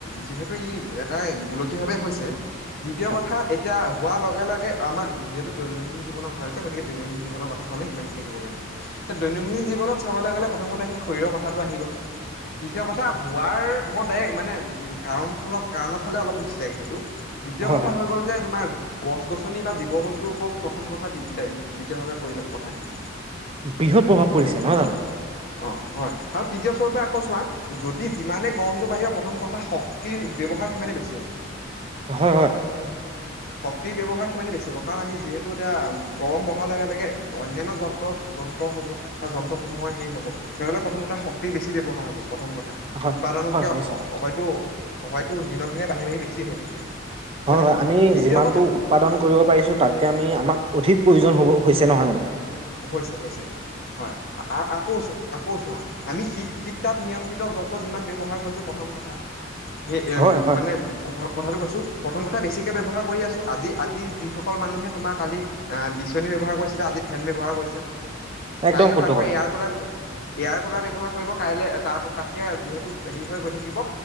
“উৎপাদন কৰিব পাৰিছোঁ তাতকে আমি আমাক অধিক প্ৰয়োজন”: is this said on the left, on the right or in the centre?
Right